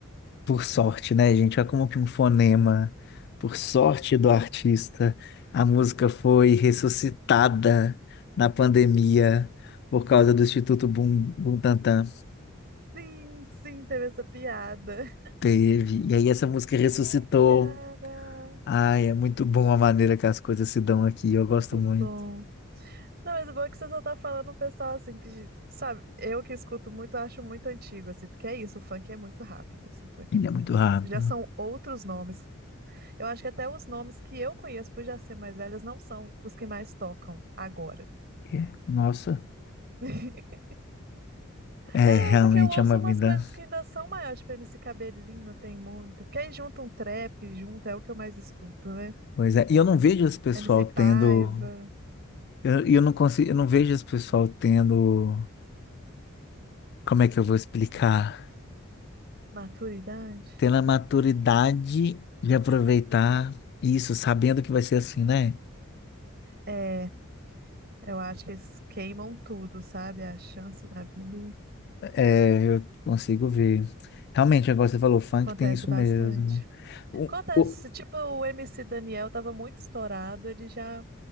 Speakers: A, on the left; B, on the right.
A: Por sorte, né, gente? Olha como que um fonema, por sorte do artista, a música foi ressuscitada na pandemia por causa do Instituto Bum Butantan.
B: Sim, sim, teve essa piada.
A: Teve. E aí essa música ressuscitou.
B: Ai, cara,
A: Ai, é muito bom a maneira que as coisas se dão aqui. Eu
B: muito
A: gosto muito.
B: bom. Não, mas o bom é que você só tá falando um pessoal assim que, sabe, eu que escuto muito, acho muito antigo, assim, porque é isso, o funk é muito rápido, assim, o funk.
A: Ele é muito rápido.
B: Já são outros nomes Eu acho que até os nomes que eu conheço por já ser mais velhas não são os que mais tocam agora.
A: É, Nossa.
B: <laughs>
A: É,
B: É,
A: realmente
B: porque eu ouço
A: é uma
B: umas
A: vida.
B: coisas que ainda são maiores, tipo MC Cabelinho tem muito. Porque aí junta um trap, junta, é o que eu mais escuto, né?
A: Pois é. E eu não vejo esse pessoal
B: MC Paiva,
A: tendo. Eu, eu não consigo, eu não vejo esse pessoal tendo. Como é que eu vou explicar?
B: Maturidade.
A: Tendo a maturidade de aproveitar isso, sabendo que vai ser assim, né?
B: É, eu acho que eles queimam tudo, sabe? A chance da vida e
A: É, eu consigo ver. Realmente, agora você falou, funk
B: acontece
A: tem isso
B: bastante.
A: mesmo. O-
B: Acontece,
A: o-
B: tipo, o MC Daniel tava muito estourado, ele já.